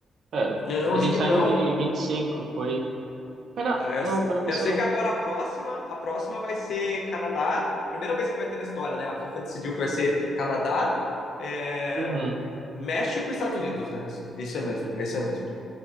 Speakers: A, on the right (about 55°); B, on the left (about 55°).
A: Pera.
B: Não,
A: A
B: acho
A: gente
B: que
A: tá
B: não.
A: em 25, foi. Foi na.
B: Ah, Eu,
A: Não,
B: se-
A: foi na Rússia,
B: eu sei
A: não.
B: que agora a próxima, a próxima vai ser Canadá. Primeira vez que vai ter na história, né? A FIFA decidiu que vai ser Canadá, é,
A: Uhum.
B: México e Estados Unidos, né? Isso é mesmo, é isso é mesmo.